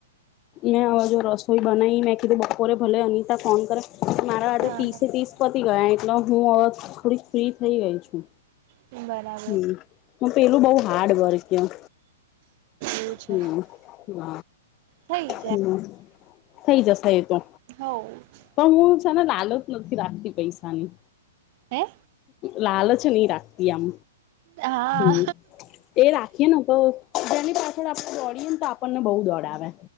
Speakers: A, on the left; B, on the right.
A: મેં હવે જો રસોઈ બનાઈ મેં કીધું બપોરે ભલે અનિતા ફોન કરે મારા આે
B: હા
A: ત્રીસે
B: હા
A: ત્રીસ પતી ગયા એટલે હું હ થોડીક ફ્રી થઈ ગઈ છું.
B: બરા
A: હમ હું પેલું બઉુ હાર્ડ વર્ક કયો
B: એવું છે
A: હમ હમ
B: થઈ
A: હમ થઈ જશે એ તો
B: હવ
A: પણ હું છે ને લાલચ નથી રાખતી પૈસાની
B: હે
A: લાલચ નહી રાખતી આમ
B: હા
A: હમ એ રાખીએ ને તો જેની પાછળ આપડે દોડીએ ને તો આપણને બહુ દોડાવે